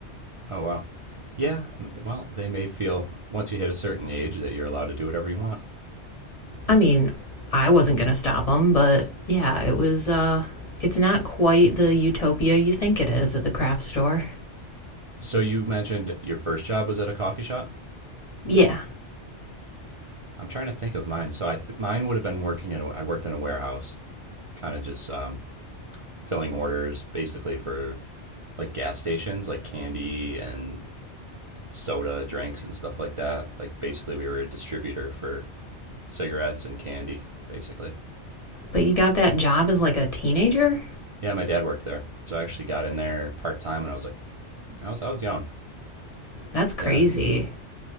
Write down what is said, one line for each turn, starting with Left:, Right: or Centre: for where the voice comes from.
Right: Oh, wow. Yeah, well, they may feel once you hit a certain age that you're allowed to do whatever you want.
Left: I mean, I wasn't going to stop them, but yeah, it was uh it's not quite the utopia you think it is at the craft store.
Right: So you mentioned your first job was at a coffee shop.
Left: Yeah,
Right: I'm trying to think of mine. So I th- mine would have been working in a, I worked in a warehouse, kind of just um, filling orders basically for like gas stations, like candy and soda drinks and stuff like that. Like basically we were a distributor for cigarettes and candy basically.
Left: but you got that job as like a teenager?
Right: Yeah, my dad worked there. So I actually got in there part-time when I was like I was I was young.
Left: That's crazy.
Right: Yeah.